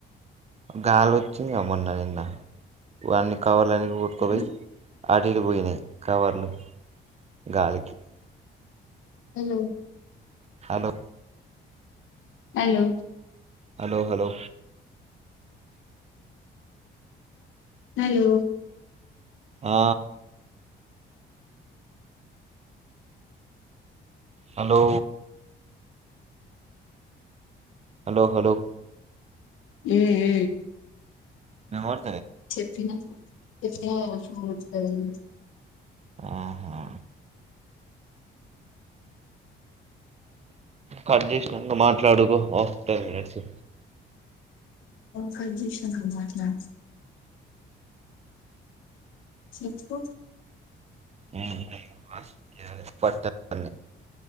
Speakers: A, on the right (about 35°); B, on the left (about 80°).
A: గాలి వచ్చింది మొన్న నిన్న వాన్ని కవర్లన్ని రవర్డ్ కలేజ్
B: కదా
A: ఆటిటు పోయినవి కవర్లు గాలికి
B: hello
A: hello
B: hello
A: hello hello
B: hello
A: ఆ హలో హలో హలో
B: హు హు
A: నెంబర్
B: చెప్పిన <unintelligible>
A: ఆహా కట్ చేసినక మాట్లాడుకో టెన్ మినిట్స్
B: కడిషన్బట్లా చితుకు
A: మా పట్టేతాంది